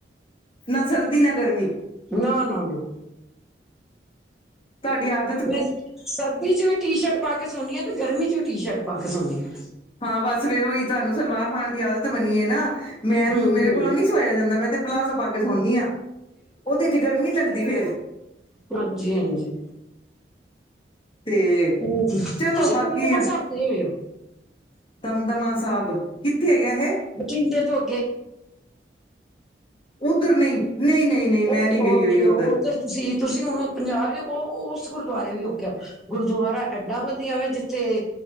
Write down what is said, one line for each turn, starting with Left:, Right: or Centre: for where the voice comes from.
Left: ਨਾ ਸਰਦੀ ਨਾ ਗਰਮੀ
Centre: ਨਾ ਨਾ ਨਾ
Left: ਤੁਹਾਡੀ ਆ,
Centre: ਮੈਂ ਸਰਦੀ ਚ ਵੀ ਟੀ ਸ਼ਰਟ ਪਾ ਕੇ ਸੌਦੀ ਹਾਂ ਤੇ ਗਰਮੀ ਚ ਵੀ ਟੀ ਸ਼ਰਟ ਪਾ ਕੇ ਸੌਦੀ ਹਾਂ
Left: ਹਾਂ ਬਸ ਫੇਰ ਉ ਹੀ, ਤੁਹਾਨੂੰ ਸਲਵਾਰ ਪਾਉਣ ਦੀ ਆਦਤ ਬਨੀ ਏ ਨਾ ਮੈਂ
Centre: ਹੂੰ-ਹੂੰ,
Left: ਮੇਰੇ ਕੋਲੋਂ ਨਹੀਂ ਸੋਇਆ ਜਾਂਦਾ ਮੈਂ ਤੇ ਪਲਾਜ਼ੋ ਪਾ ਕੇ ਸੋਦੀ ਹਾਂ, ਉਹਦੇ ਚ ਗਰਮੀ ਲੱਗਦੀ ਫੇਿਰ
Centre: ਹਾਂਜੀ ਹਾਂਜੀ।
Left: ਤੇ
Centre: ਤੇ
Left: ਚਲੋ
Centre: ਤੁਸੀਂ
Left: ਬਾਕੀ
Centre: ਦਮ ਦਮਾ
Left: ਆ
Centre: ਸਾਹਿਬ ਗਏ ਹੋਏ ਹੋ
Left: ਦਮਦਮਾ ਸਾਹਿਬ, ਕਿੱਥੇ ਹੈ ਏਹ?
Centre: ਬਠਿੰਡੇ ਤੋਂ ਅੱਗੇ,
Left: ਉੱਧਰ ਨਹੀਂ-ਨਹੀਂ-ਨਹੀਂ, ਨਹੀਂ ਮੈਂ
Centre: ਉਹ ਨਹੀਂ
Left: ਨਹੀਂੀ ਗਈ ਹੋਈ ਉੱਧਰ,
Centre: ਉਹ ਤੁਸੀਂ, ਤੁਸੀਂ ਹੁਣ ਪੰਜਾਬ ਉਹ ਉਸ ਗੁਰਦੁਆਰੇ ਵੀ ਹੋਕੇ ਹੋ, ਗੁਰਦੁਆਰਾ ਐਏਡਾ ਵਧੀਆ ਵ ਜਿੱਥੇ